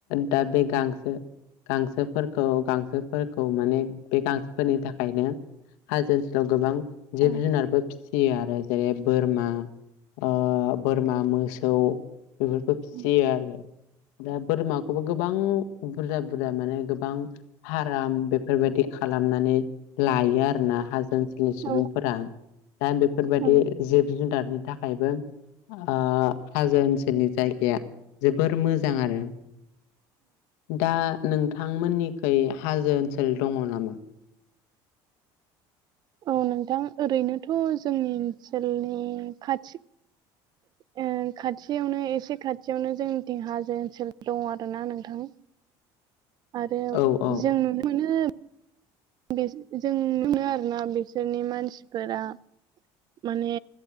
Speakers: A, on the left (about 80°); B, on the right (about 45°).
A: दा बे गांसो गांसोफोरखौ गांसोफोरखौ माने बे गांसोफोरनि थाखायनो हाजो ओनसोलाव गोबां जिब-जुनारबो
B: औ
A: फिसियो आरो जेरै बोरमा ओ बोरमा मोसौ बेफोरखौ फिसियो
B: औ
A: आरो दा बोरमाखौबो गोबां बुरजा बुरजा माने गोबां फाराम बेफोरबायदि खालामनानै लायो आरोना हाजो ओन सोलनि सुबुंफोरा
B: औ
A: दा बेफोरबायदि
B: औ
A: जिब-जुनारनि थाखायबो ओ हाजो ओनसोलनि जायगाया जोबोर मोजां आरो दा नोंथांमोननिखै हाजो ओनसोल दङ' नामा?
B: औ नोंथां ओरैनोथ' जोंनि ओनसोलनि खाथि ओ खाथियावनो एसे खाथियावनो जोंनिथिं हाजो ओनसोल दङ' आरोना नोंथां आरो
A: औ औ
B: जों नुनो मोनो बे जों नुयो आरोना बिसोरनि मानसिफोरा माने